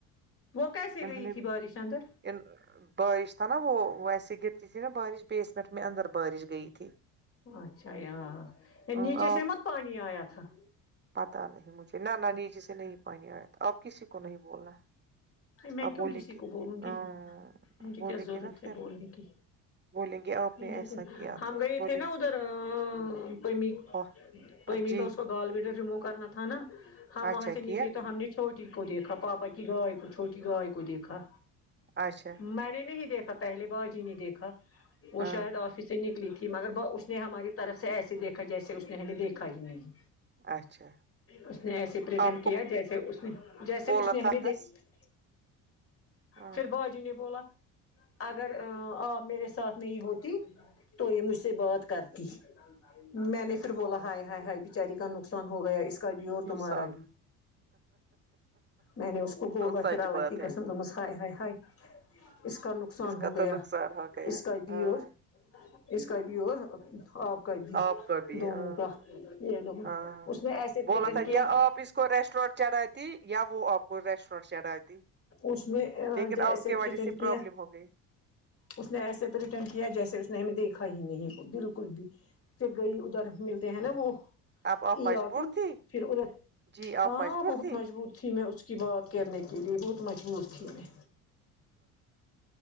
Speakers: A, on the left; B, on the right.
A: وہ کیسے
B: انہوں
A: گئی
B: نے
A: تھی بارش اندر?
B: ان بارش تھا نا وہ ویسے گرتی تھی نا بارش بیسمنٹ میں اندر بارش گئی تھی-
A: اچھا یہاں
B: آپ
A: نیچے سے نہ پانی آیا تھا-
B: پتا نہیں مجھے نہ نہ ن نیچے سے نہیں پانی آیا آپ کسی کو نہیں بولنا
A: پھر میں
B: آپ
A: کیوں
B: بولیں
A: کسی کو بولوں
B: ہاں
A: گی مجھے
B: بولیں
A: کیا ضرورت
B: گے نا
A: تھی
B: پھر
A: بولنے کی
B: بولیں گے آپ
A: جی
B: نے
A: جی
B: ایسا کیا
A: ہم
B: تو
A: گئے
B: بولیں
A: تھے نا
B: گے
A: ادھر پیم
B: ہاں
A: پمی
B: جی
A: کا اس کو گال بییٹر ریمو کرنا تھا نا ہم
B: اچھا
A: وہاں سے نکلے
B: کیا
A: تو ہم نے چھوٹی کو دیکھا پاپا کی گائے کو چھوٹی گائے کو دیکھا
B: اچھا
A: میں نے نہیں دیکھا پہلے با جی نے دیکھا وہ
B: ہاں
A: شاید آفس سے نکلی تھی کی مگر اس نے ہماری طرف سے ایسے دیکھا جیسے اس نے ہمیں دیکھا ہی نہیں
B: اچھا
A: اس نے ایسے پریٹیند
B: آپ کو
A: کیا جیسے نے جیسے
B: بولا
A: اس نے
B: تھا
A: ہمی
B: دس
A: دیکھا ہے نہی
B: ہاں
A: پھر با جی نے بولا اگر آپ میرے ساتھ نہیں ہوتی تو یہ مجھ سے بات کرتی میں نے پھر بولا ہائے ہائے ہائے بچاری کا نقصان ہو گیا اس کبھی اور تمہارا
B: نقصان
A: بھی میں نے اس کو بوولو
B: سچ
A: پھر الگ
B: بات ہے
A: دمس ہائے ہائے ہائے اس کا نقصان
B: اس
A: ہو
B: کا
A: گیا
B: تو نقصان ہو گیا
A: اس کا بیور
B: ہاں
A: اس کا بیور آپ کا بھی
B: آپ کا بھی
A: دونوں
B: ہاں
A: کا یہ دونوں
B: ہاں
A: اس نے ایسے
B: بولا
A: پٹن
B: تھا
A: کیا
B: یا آپ اس کو ریسٹورینٹ چڑھاتی یا وہ آپ کو ریسٹورینٹ چڑھاتی
A: اس نے
B: لیکن
A: جیسے
B: اب کی وجہ
A: پریٹن
B: سے
A: کیا
B: پرابلم ہو گئی
A: اس نے ایسے پریٹند کیا جیسے اس نے ہمیں دیکھا ہی نہیں بالکل بھی پھر گئی ادھر ملتے ہیں نا وہ
B: اب آپ
A: ای
B: مجبور
A: آٹو
B: تھی
A: پھر ادھر
B: جی آپ
A: ہاں
B: مجبور
A: بہت
B: تھی
A: مجبوط تھی میں اس کی کی بات کرنے کے لیے بہت مجبور تھی میں